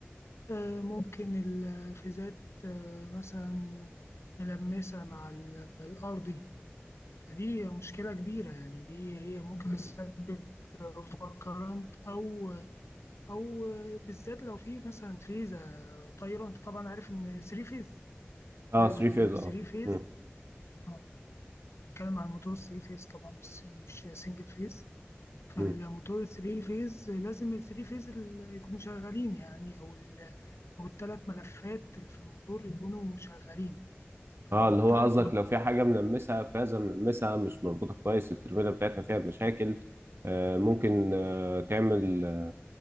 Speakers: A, on the left; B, on the right.
A: آه، ممكن الفيزات آه، مثلا ملمسة مع ال- الأرضي فدي مشكلة كبيرة يعني دي هي ممكن تسبب اوفر كارنت أو او بالذات لو في مثلا فيزا طايره انت طبعا عارف ان 3 فيز
B: اه
A: ال
B: 3 فيز اه
A: 3 فيز
B: مم.
A: اه بتتكلم عن موتور 3 فيز طبعا مش مش سنجل فيز فالموتور
B: مم.
A: 3 فيز لازم ال 3 فيز ال- يكونوا شغالين يعني او ال او الثلاث ملفات اللي في الموتور يكونوا شغالين فلو
B: اه اللي
A: الثلاث
B: هو قصدك لو في حاجه منمسها فازه منمسها مش مربوطه كويس الترميله بتاعتها فيها مشاكل آه ممكن آه تعمل آه